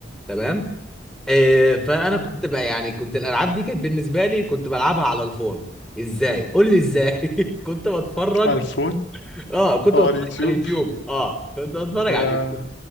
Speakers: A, in the centre; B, on the left (about 80°).
A: تمام آه، فانا
B: مم.
A: كنت بقى يعني كنت الالعاب دي كانت بالنسبه لي كنت بلعبها على الفون ازاي قول لي ازاي <laughs> كنت بتفرج
B: على الفون
A: اه كنت
B: أو
A: بتفرج
B: على اليوتيوب
A: على اليوتيوب اه كنت بتفرج
B: آه،
A: على